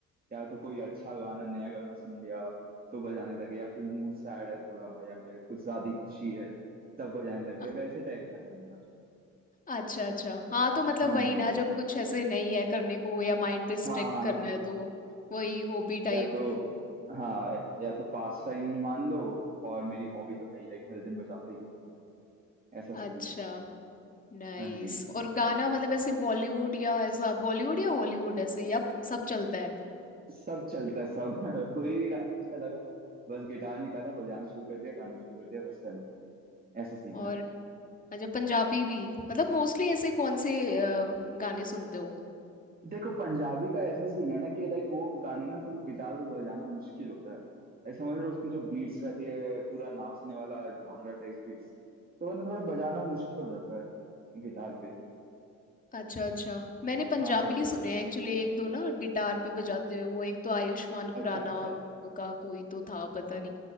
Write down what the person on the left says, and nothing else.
अ-
अच्छा अच्छा हाँ तो मतलब
वही
ना जब कुछ ऐसे नहीं है करने को या माइंड डिस्ट्रैक्ट
करना
है तो
वही हॉबी टाइप
अच्छा
नाइस
और गाना मतलब ऐसे बॉलीवुड या ऐसा बॉलीवुड या हॉलीवुड ऐसे या सब चलता है
और
अच्छा पंजाबी भी मतलब मोस्टली ऐसे कौन से अ, गाने सुनते हो
अच्छा अच्छा मैंने पंजाबी
सुने हैं एक्चुअली एक दो ना गिटार पे बजाते हुए वो एक तो आयुष्मान
खुराना
का कोई तो था पता नहीं